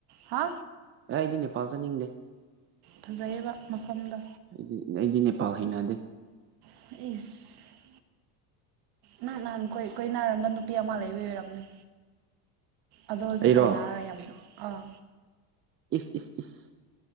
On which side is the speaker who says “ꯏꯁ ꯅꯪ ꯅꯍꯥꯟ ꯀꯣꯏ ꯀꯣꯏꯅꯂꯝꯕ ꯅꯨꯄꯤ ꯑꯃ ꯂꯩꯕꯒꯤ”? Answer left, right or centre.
Right